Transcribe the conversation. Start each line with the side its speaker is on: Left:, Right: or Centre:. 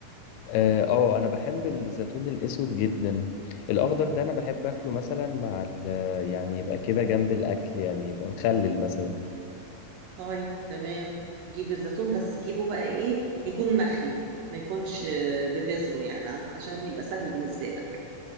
Left: اه آه، انا بحب الزيتون الاسود جدا الاخضر ده انا بحب اكله مثلا مع ال يعني يبقى كده جنب الاكل يعني يبقى مخلل مثلا
Right: طيب تمام جيب الزيتون بس جيبه بقى ايه يكون مخلي ما يكونش آه، ببذره يعني علشان يبقى سهل بالنسبة لك